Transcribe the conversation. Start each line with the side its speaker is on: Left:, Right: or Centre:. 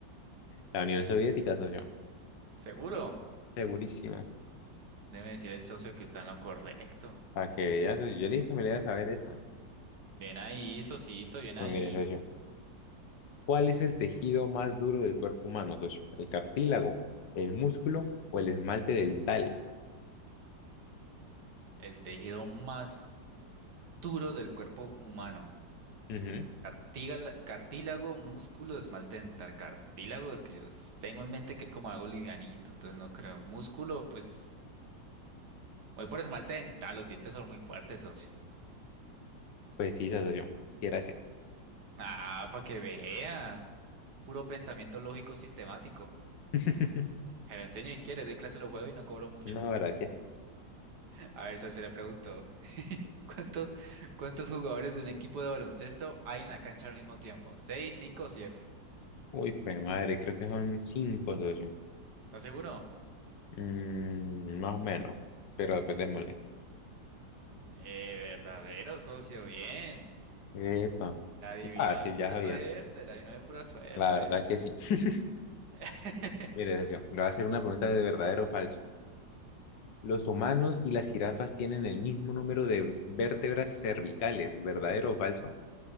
Left: La Unión Soviética, socio.
Right: ¿Seguro?
Left: Segurísimo.
Right: Debe decir el socio que está en lo correcto.
Left: Para que veas, yo le dije que me le ibas a saber eso.
Right: Bien ahí, socito, bien
Left: Bueno,
Right: ahí.
Left: mire, socio. ¿Cuál es el tejido más duro del cuerpo humano, socio? ¿El cartílago, el músculo o el esmalte dental?
Right: El tejido más duro del cuerpo humano.
Left: Ujú.
Right: Cartígala- cartílago, músculo, esmalte dental. Cartílago, que yo s- tengo en mente que es como algo livianito, entonces no creo. Músculo, pues Voy por esmalte dental, los dientes son muy fuertes, socio.
Left: Pues sí, esa socio. Sí, era ese.
Right: Ah, para que vea. Puro pensamiento lógico sistemático.
Left: <laughs>
Right: Se lo enseño y quiere, doy clase los jueves y no cobro mucho.
Left: No, gracias.
Right: A ver, socio, le pregunto. <laughs> ¿Cuántos, cuántos jugadores de un equipo de baloncesto hay en la cancha al mismo tiempo? ¿Seis, cinco o siete?
Left: Uy, pues madre, creo que son cinco, socio.
Right: ¿Estás seguro?
Left: Mm, más o menos. Pero después démosle.
Right: Eh, verdadero, socio, bien.
Left: Epa.
Right: La adivinó
Left: Fácil,
Right: de pura
Left: ya sabía.
Right: suerte, la adivinó de pura suerte.
Left: La verdad es que sí. <laughs>
Right: <laughs>
Left: Mire, socio, le voy a hacer una pregunta de verdadero o falso. Los humanos y las jirafas tienen el mismo número de vértebras cervicales, ¿verdadero o falso?